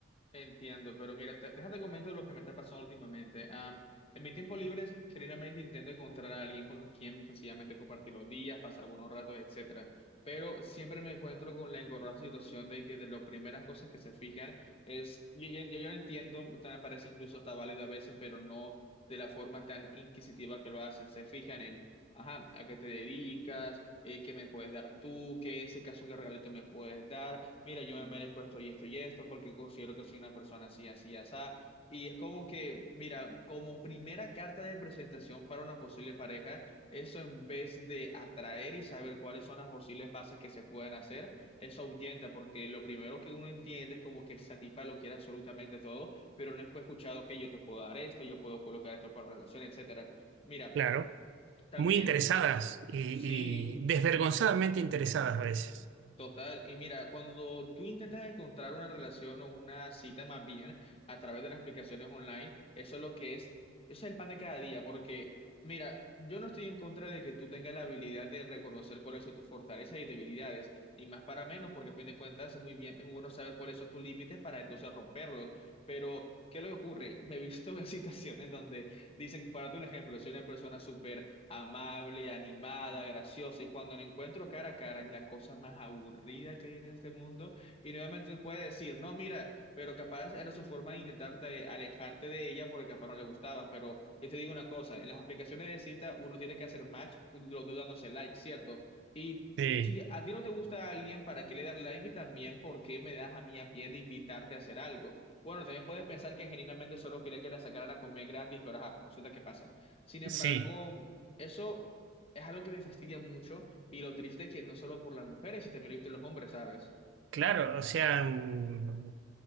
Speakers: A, on the left; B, on the right.
A: Entiendo, pero mira, te- déjate comento lo que me está pasando últimamente. Am, en mi tiempo libre, generalmente intento encontrar a alguien con quien sencillamente compartir los días, pasar buenos ratos, etcétera. Pero siempre me encuentro con la engorrosa situación de que de las primeras cosas que se fijan es, yo, yo, yo lo entiendo, hasta me parece incluso está válido a veces, pero no de la forma tan inquisitiva que lo hacen. Se fijan en, ajá, ¿a qué te dedicas? Eh, ¿qué me puedes dar tú? ¿Qué ese caso, qué regalito me puedes dar? mira, yo me merezco esto y esto y esto porque considero que soy una persona así, así, así. Y es como que, mira, como primera carta de presentación para una posible pareja, eso en vez de atraer y saber cuáles son las posibles bases que se pueden hacer, eso ahuyenta porque lo primero que uno entiende es como que esa tipa lo quiere absolutamente todo, pero no fue escuchado que yo te puedo dar esto, yo puedo colocar esto para relación, etcétera. Mira,
B: Claro,
A: también...
B: muy interesadas y,
A: Sí,
B: y desvergonzadamente interesadas a veces.
A: Total, y mira, cuando tú intentas encontrar una relación o una cita más bien a través de las aplicaciones online, eso es lo que es, eso es el pan de cada día, porque mira, yo no estoy en contra de que tú tengas la habilidad de reconocer cuáles son tus fortalezas y debilidades, ni más para menos, porque a fin de cuentas es muy bien, es muy bueno saber cuáles son tus límites para entonces romperlos, pero ¿qué es lo que ocurre? Me he visto <laughs> en situaciones donde dicen, para un ejemplo, soy una persona súper amable, animada, graciosa. Y cuando la encuentro cara a cara es la cosa más aburrida que hay en este mundo. Y nuevamente te puede decir, no, mira, pero capaz era su forma de intentar de alejarte de ella porque capaz no le gustabas. Pero yo te digo una cosa, en las aplicaciones de cita uno tiene que hacer match, los dos dándose like, ¿cierto? Y
B: Sí.
A: si a ti no te gusta a alguien, ¿para qué le das like? Y también, ¿por qué me das a mí a pie de invitarte a hacer algo? Bueno, también puedes pensar que genuinamente solo quería que la sacaran a comer gratis, pero ajá, cositas que pasan. Sin embargo,
B: Sí,
A: eso es algo que me fastidia mucho y lo triste es que no solo por las mujeres, y también lo he visto en los hombres, ¿sabes?
B: claro, o sea, mm,